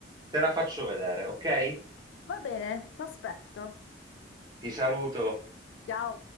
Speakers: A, on the right (about 20°); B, on the left (about 70°).
A: te la faccio vedere, ok?
B: Va bene, ti aspetto.
A: Ti saluto.
B: Ciao.